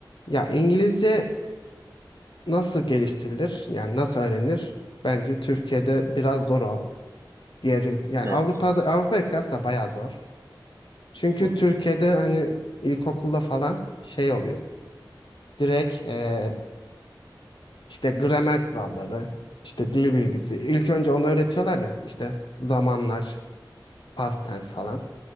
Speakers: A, on the left (about 75°); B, on the right (about 35°).
A: Ya İngilizce nasıl geliştirilir? Yani nasıl öğrenir? Bence Türkiye'de biraz zor o. Diğer ül- yani
B: Evet.
A: Avrupa'da Avrupa'ya kıyasla bayağı zor. Çünkü
B: Hı hı.
A: Türkiye'de hani ilkokulda falan şey oluyor. Direkt eee, işte gramer kuralları, işte dil bilgisi. İlk önce onu öğretiyorlar ya işte zamanlar, past tense falan.